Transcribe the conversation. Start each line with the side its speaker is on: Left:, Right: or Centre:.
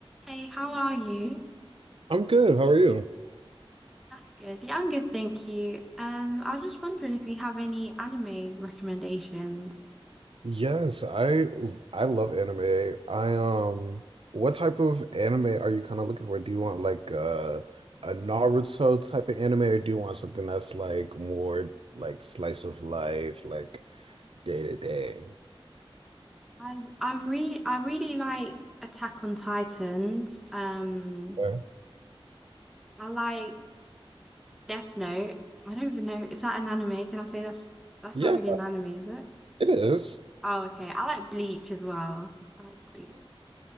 Centre: Hey, how are you?
Right: I'm good. How are you?
Centre: That's good. Yeah, I'm good, thank you. Um, I was just wondering if you have any anime recommendations.
Right: Yes, I I love anime. I um what type of anime are you kind of looking for? Do you want like uh, a Naruto type of anime or do you want something that's like more like slice of life, like day to day?
Centre: I I'm really I really like Attack on Titans. Um,
Right: Okay.
Centre: I like Death Note. I don't even know, is that an anime? Can I say that's that's
Right: Yeah,
Centre: not really an anime, is it?
Right: it is.
Centre: Oh, okay. I like Bleach as well. I like Bleach.